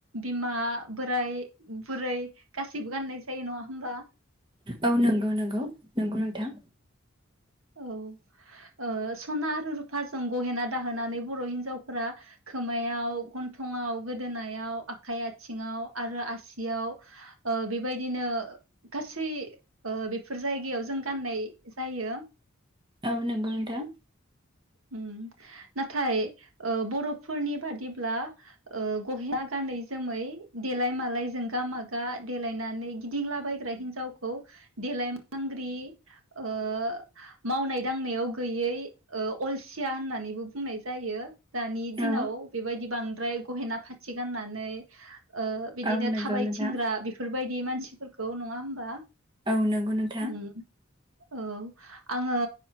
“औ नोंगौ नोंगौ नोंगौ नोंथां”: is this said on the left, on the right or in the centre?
Right